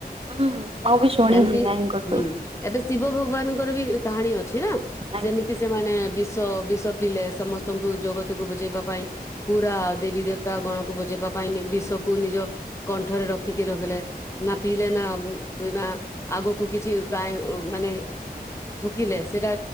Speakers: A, on the right; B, on the left.
A: ହୁଁ ମୁଁ ବି ଶୁଣିଛି
B: ଏମତି
A: ଆଇଙ୍କଠୁ
B: ହୁଁ ଏବେ ଶିବ ଭୋଗ। ଭଗବାନଙ୍କର ବି କାହାଣୀ ଅଛି। ଅଛି ନା
A: ଆଜ୍ଞା
B: ସେମିତି ସେମାନେ ବି ବିଷ ବିଷ ପିଲଲେ ସମସ୍ତଙ୍କୁ ଜଗତକୁ ବଚେଇବା ପାଇଁ ପୁରା ଦେବୀ ଦେବତା ଗଣକୁ ବଚେଇବା ପାଇଁ ବିଷକୁ ନିଜ। କଣ୍ଠରେ ରଖିକି ରହିଲେ। ନା ପିଲେ ନା ନା ଆଗକୁ କିଛି ଗା ମାନେ ଥୁକିଲେ ସେଟା